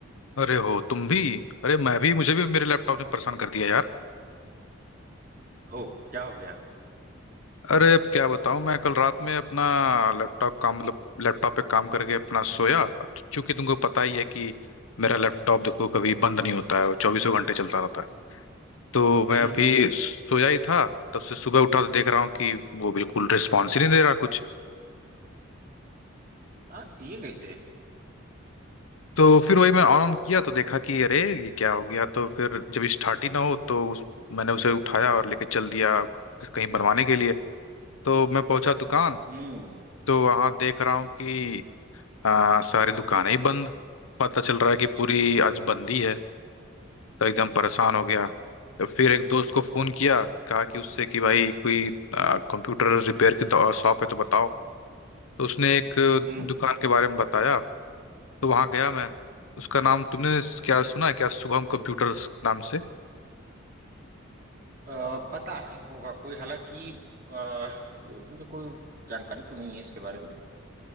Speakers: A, on the left (about 85°); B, on the right (about 40°).
A: अरे हो तुम भी अरे मैं भी मुझे भी मेरे लैपटॉप ने परेशान कर दिया यार
B: हो क्या हो गया
A: अरे अब क्या बताऊं मैं कल रात में अपना लैपटॉप काम मतलब लैपटॉप पे काम करके अपना सोया अब चूंकि तुमको पता ही है कि मेरा लैपटॉप देखो कभी बंद नहीं होता है वो चौबीसों घंटे चलता रहता है तो मैं
B: हम्म
A: अभी
B: हम्म
A: सोया ही था तब से सुबह उठा तो देख रहा हूँ कि वो बिल्कुल रिस्पॉन्स ही नहीं दे रहा कुछ
B: आ, ये कैसे
A: तो फिर वही मैं ऑन ऑन किया तो देखा कि अरे ये क्या हो गया तो फिर जब स्टार्ट ही ना हो तो उस मैंने उसे उठाया और लेके चल दिया कहीं बनवाने के लिए तो मैं पहुंचा दुकान
B: हम्म
A: तो वहां देख रहा हूँ कि आ, सारी दुकानें ही बंद पता चल रहा है कि पूरी आज बंदी है तो एकदम परेशान हो गया तो फिर एक दोस्त को फोन किया कहा कि उससे कि भाई कोई कंप्यूटर रिपेयर की शॉप है तो बताओ तो उसने एक
B: हम्म
A: दुकान के बारे में बताया तो वहां गया मैं उसका नाम तुमने क्या सुना है क्या शुभम कंप्यूटर्स नाम से
B: अ, पता नहीं होगा कोई हालांकि अ, ऐसे मुझे कोई जानकारी तो नहीं है इसके बारे में